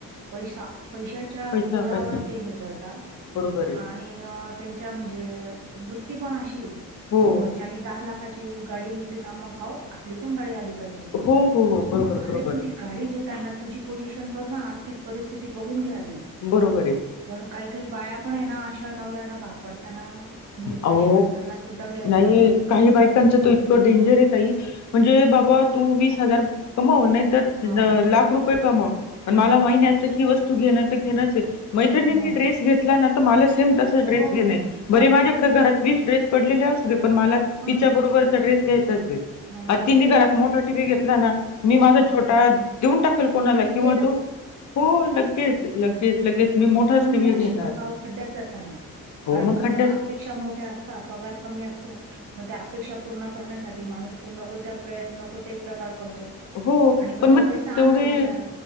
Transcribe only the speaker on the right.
पैसा, पैशाच्या
जोरावर
ते हे करता
आणि अ त्यांच्या म्हणजे वृत्ती पण अशी
समोरच्यानी दहा लाखाची गाडी घेतली ना मग का ओ आपली पण गाडी आली पाहिजे.
अ
आरे पण ती गाडी घेताना तुझी पोझिशन बघ ना आर्थिक परिस्थिती बघून घे आधी
म्हणून काही, काही बाया पण हे ना अशा नवऱ्याना भाग पाडता ना, म्हणजे
पैसे नसताना सुद्धा घ्यायला
लाव
हा
मग
मग
हो
हो
हा
मग
हम्म.
ही
जेलस
नई पण
म अशी
लोक अहो खड्डयात जाता ना
कारण
कसं
आप पेक्षा मोठ्या असतात पगार कमी असतो. मग त्या अपेक्षा पूर्ण करण्यासाठी माणूस तो नको त्या प्रयत्न नको ते प्रकार करतो.
आणि मग
तो
पैसा
आणतो बिचारा